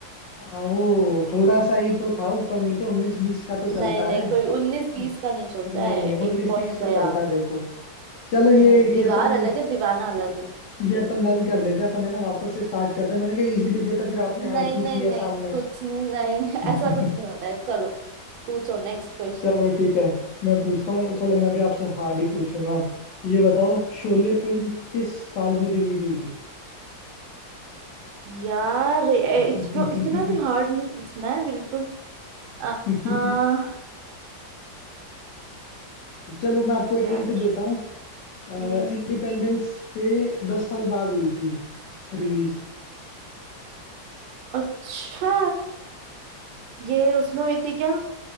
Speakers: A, on the left; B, on the right.
A: आ, वो थोड़ा सा ही तो था ऊपर नीचे उन्नीस बीस का तो चलता
B: नहीं नहीं
A: है
B: कोई उन्नीस बीस
A: न-
B: का नहीं चलता
A: नहीं
B: है
A: नहीं
B: एक
A: उन्नीस
B: पॉइंट
A: बीस तो
B: गया
A: चलता है देखो चलो ये
B: नहीं दीवार
A: ये अपन
B: अलग है दीवाना अलग है
A: ये अपन नल कर देते हैं अपन है ना वापस से स्टार्ट करते हैं मैंने कहा इजी दे दिया था फिर आपने हार्ड
B: नहीं
A: पूछ
B: नहीं
A: लिया
B: नहीं
A: सामने
B: कुछ नहीं नहीं <laughs>
A: <laughs>
B: ऐसा कुछ नहीं होता है चलो पूछो नेक्स्ट क्वेश्चन
A: चलो ठीक है मैं पूछता हूँ चलो मैं भी आपसे हार्ड ही पूछूंगा अब ये बताओ शोले फिल्म किस साल में रिलीज हुई
B: यार ए-
A: थी
B: इतना इतना भी हार्ड नहीं पूछना है बिल्कुल आ,
A: <laughs>
B: आ,
A: चलो मैं आपको एक
B: यार
A: हिंट देता हूँ
B: हम्म
A: इंडिपेंडेंस के दस साल बाद हुई थी रिलीज
B: अच्छा ये उसमें हुई थी क्या